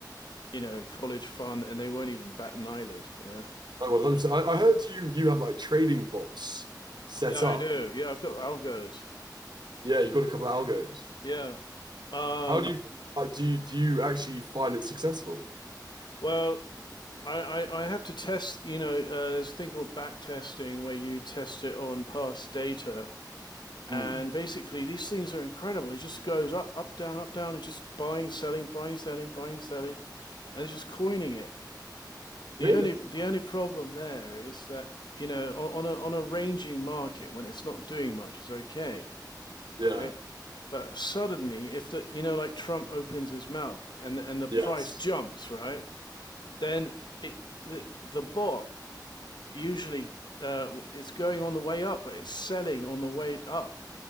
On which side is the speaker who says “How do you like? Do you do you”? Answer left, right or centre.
Right